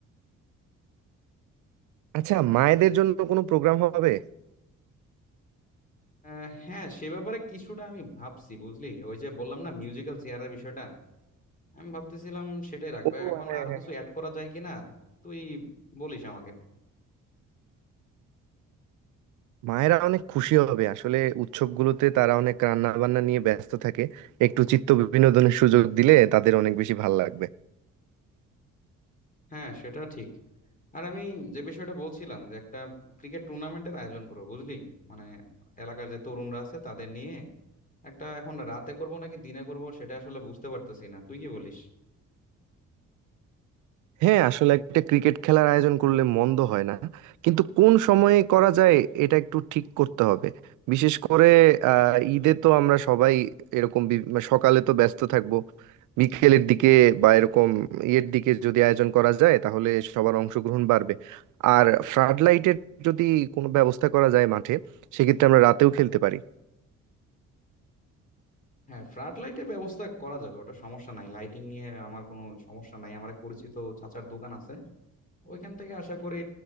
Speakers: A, on the right (about 80°); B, on the left (about 25°).
A: আচ্ছা মায়েদের জন্য কোনো প্রোগ্রাম হবে
B: আহ, হ্যাঁ সে ব্যাপারে কিছুটা আমি ভাবছি বুঝলি ওই যে বললাম না মিউজিক্যাল চেয়ারের বিষয়টা আমি ভাবতেছিলাম সেটাই রাখবে
A: ও
B: এখন
A: হ্যাঁ
B: আরো
A: হ্যাঁ
B: কিছু
A: হ্যাঁ।
B: অ্যাড করা যায় কিনা তুই বলিস আমাকে
A: মায়েরা অনেক খুশি হবে আসলে উৎসবগুলোতে তারা অনেক রান্না বান্না নিয়ে ব্যস্ত থাকে একটু চিত্ত বিনোদনের সুযোগ দিলে তাদের অনেক বেশি ভালো লাগবে
B: হ্যাঁ সেটা ঠিক আর আমি যে বিষয়টা বলছিলাম যে একটা ক্রিকেট টুর্নামেন্টের আয়োজন করবো বুঝলি মানে এলাকার যে তরুণরা আছে তাদের নিয়ে একটা এখন রাতে করব নাকি দিনে করব সেটা আসলে বুঝতে পারতেছি না তুই কি বলিস
A: হ্যাঁ আসলে একটা ক্রিকেট খেলার আয়োজন করলে মন্দ হয় না কিন্তু কোন সময়ে করা যায় এটা একটু ঠিক করতে হবে বিশেষ করে আহ ঈদে তো আমরা সবাই এরকম বি- মানে সকালে তো ব্যস্ত থাকবো বিকেলের দিকে বা এরকম ইয়ের দিকে যদি আয়োজন করা যায় তাহলে সবার অংশগ্রহণ বাড়বে আর ফ্লাড লাইটের যদি কোনো ব্যবস্থা করা যায় মাঠে সেক্ষেত্রে আমরা রাতেও খেলতে পারি
B: হ্যাঁ ফ্লাড লাইটের ব্যবস্থা করা যাবে ওটা সমস্যা নাই লাইটিং নিয়ে আমার কোনো সমস্যা নাই আমার এক পরিচিত চাচার দোকান আছে ওইখান থেকে আশা করি